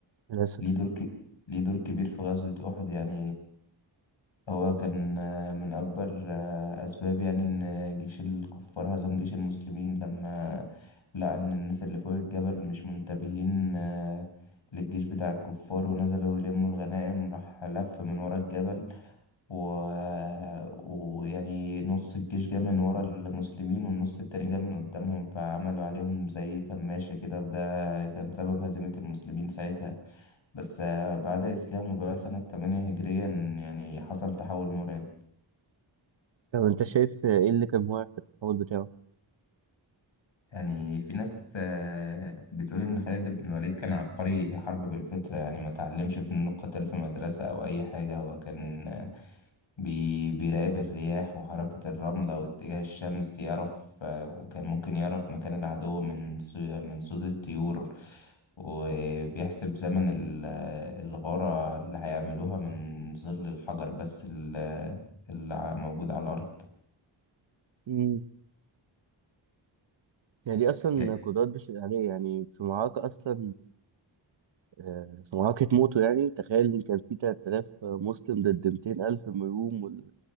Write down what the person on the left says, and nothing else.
ليه دور ك... ليه دور كبير في غزوة أحد يعني هو كان آه، من أكبر آه، أسباب يعني إن جيش الكفار هزم جيش المسلمين لما لقى إن الناس اللي فوق الجبل مش منتبهين آه، للجيش بتاع الكفار ونزلوا يلموا الغنائم راح لف من ورا الجبل و... آه، ويعني نص الجيش جه من ورا المسلمين والنص التاني جه من قدامهم فعملوا عليهم زي كماشة كده وده كان سبب هزيمة المسلمين ساعتها بس آه، بعد إسلامه بقى سنة 8 هجريا يعني حصل تحول مرعب
يعني في ناس آه، بتقول إن خالد بن الوليد كان عبقري حرب بالفطرة يعني ما تعلمش فنون القتال في مدرسة أو أي حاجة هو كان آه، بي بيراقب الرياح وحركة الرملة واتجاه الشمس يعرف آه، وكان ممكن يعرف مكان العدو من صو- من صوت الطيور وبيحسب زمن ال- آه، الغارة اللي هيعملوها من ظل الحجر بس ال- آه، اللي ع- موجود على الأرض
يا-